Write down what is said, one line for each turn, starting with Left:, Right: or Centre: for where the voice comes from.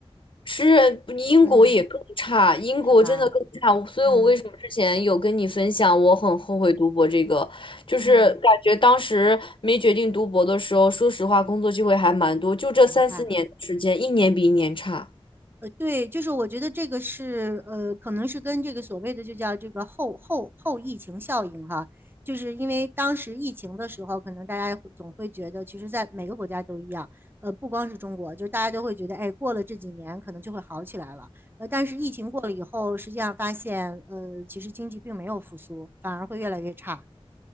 Left: 是英国也更差，
Right: 嗯，
Left: 英国真的更差，
Right: 是吧？
Left: 所以我为什么之前有跟你分享，
Right: 嗯
Left: 我很后悔读博这个，就是感觉当时没决定读博的时候，
Right: 嗯，
Left: 说实话，工作机会还蛮多，就这三四年的时间，
Right: 明白。
Left: 一年比一年差。
Right: 呃，对，就是我觉得这个是呃，可能是跟这个所谓的就叫这个后后后疫情效应哈，就是因为当时疫情的时候，可能大家会总会觉得，其实在每个国家都一样，呃，不光是中国，就是大家都会觉得，哎，过了这几年可能就会好起来了，呃，但是疫情过了以后，实际上发现，呃，其实经济并没有复苏，反而会越来越差。